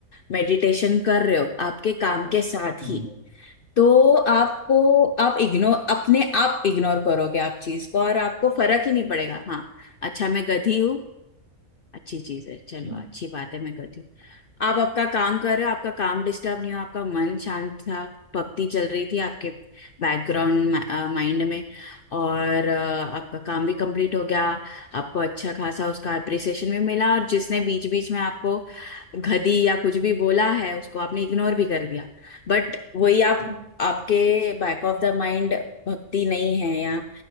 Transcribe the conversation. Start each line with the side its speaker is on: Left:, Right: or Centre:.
Left: मेडिटेशन कर रहे हो आपके काम के साथ
Right: हम्म
Left: ही तो आपको आप इग्नोर अपने आप इग्नोर करोगे आप चीज को और आपको फर्क ही नहीं पड़ेगा हाँ अच्छा मैं गधी हूँ अच्छी चीज है चलो
Right: हम्म
Left: अच्छी बात है मैं गधी हूँ आप आपका काम कर रहे हो आपका काम डिस्टर्ब नहीं हो आपका मन शांत था भक्ति चल रही थी आपके बैकग्राउंड माइंड में और अ, आपका काम भी कंप्लीट हो गया आपको अच्छा खासा उसका अप्रिसिएशन भी मिला और जिसने बीच बीच में आपको गधी या कुछ भी बोला है उसको आपने इग्नोर भी कर दिया बट वही आप
Right: हम्म,
Left: आपके बैक ऑफ द माइंड भक्ति नहीं है या